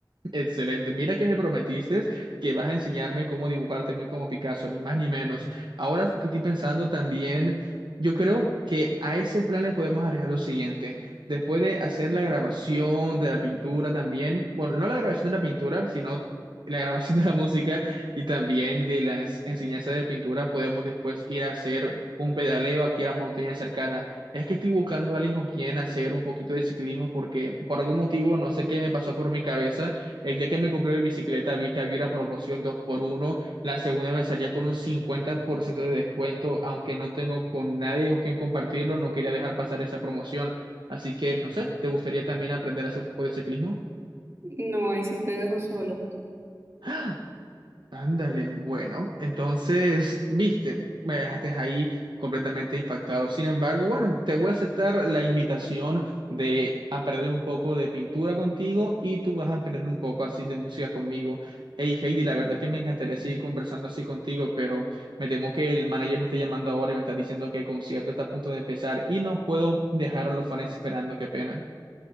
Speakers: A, on the right; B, on the right.
A: Excelente. Mira que me prometiste que vas a enseñarme cómo dibujar también como Picasso, ni más ni menos. Ahora que estoy pensando también, yo creo que a ese plan le podemos agregar lo siguiente. Después de hacer la grabación de la pintura también, bueno, no la grabación de la pintura, sino la grabación de la música y también de las enseñanzas de pintura, podemos después ir a hacer un pedaleo aquí a la montaña cercana. Es que estoy buscando a alguien con quien hacer un poquito de ciclismo porque por algún motivo, no sé qué me pasó por mi cabeza el día que me compré mi bicicleta vi que había una promoción dos por uno la segunda me salía con un 50% de descuento, aunque no tengo con nadie con quien compartirlo, no quería dejar pasar esa promoción. Así que, no sé, ¿te gustaría también aprender a hacer un poco de ciclismo?
B: No, ahí sí te dejo solo.
A: ¡Ah! Ándale, bueno, entonces, viste, me dejaste ahí completamente impactado. Sin embargo, bueno, te voy a aceptar la invitación de aprender un poco de pintura contigo y tú vas a aprender un poco así de música conmigo. Hey, Heidi, la verdad es que me encantaría seguir conversando así contigo, pero me temo que el manager me está llamando ahora y me está diciendo que el concierto está a punto de empezar y no puedo dejar a los fans esperando, qué pena.